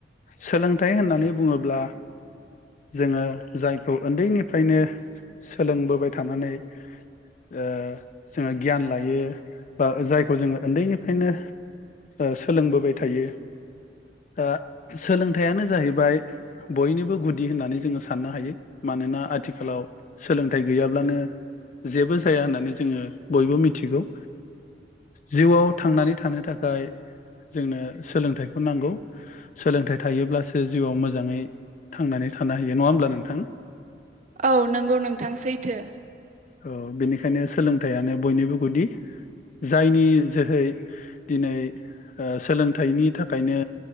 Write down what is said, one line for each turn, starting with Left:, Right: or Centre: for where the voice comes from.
Left: सोलोंथाइ होननानै बुङोब्ला जोङो जायखौ उन्दैनिफ्रायनो सोलोंबोबाय थानानै ओ जोङो गियान लायो। ओ जायखौ जोङो उन्दैनिफ्रायनो ओ सोलोंबोबाय थायो ओ सोलोंथाइयानो जाहैबाय बयनिबो गुदि होननानै जोङो साननो हायो मानोना आथिखालाव सोलोंथाइ गैयाब्लानो जेबो जाया होननानै जोङो बयबो मिथिगौ। जिउआव थांनानै थानो थाखाय जोंनो सोलोंथाइखौ नांगौ सोलोंथाइ थायोब्लासो जिउआव मोजाङै थांनानै थानो हायो नङा होमब्ला नोंथां।
Right: औ नंगौ नोंथां सैथो
Left: औ बेनिखायनो सोलोंथाइयानो बयनिबो गुदि जायनि जोहै दिनै ओ सोलोंथाइनि थाखायनो